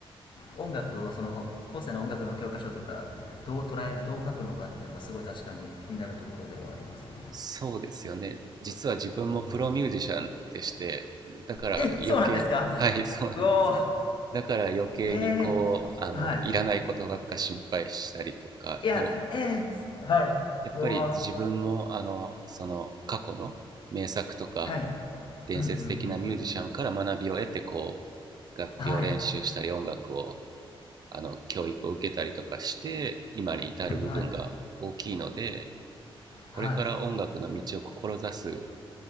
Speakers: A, on the left; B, on the right.
A: 音楽をその後世の音楽の教科書とかどう捉えるどう書くのかっていうのがすごい確かに気になるところではありますね
B: そうですよね実は自分もプロミュージシャンでしてだから余計
A: うんうんえそうなんですか
B: <laughs> はいそうなんです
A: うおー
B: だから余計にこうあのいらないことばっか心配したりとかこう
A: えーはいいやええはい。
B: やっぱり自分もあのその過去の名作とか
A: うわはい。
B: 伝説的なミュージシャンから学びを得てこ
A: うんうんうんうん。
B: う楽器を練習したり音楽を
A: はい。
B: あの教育を受けたりとかして今に至る部分が大きいので
A: はい。
B: これから音楽の道を志す
A: はい。